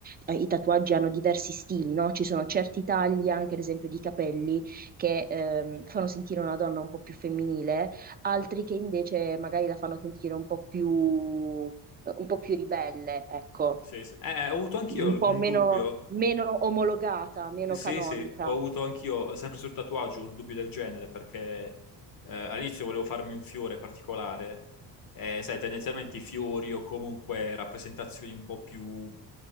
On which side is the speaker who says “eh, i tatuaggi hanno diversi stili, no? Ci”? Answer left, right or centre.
Right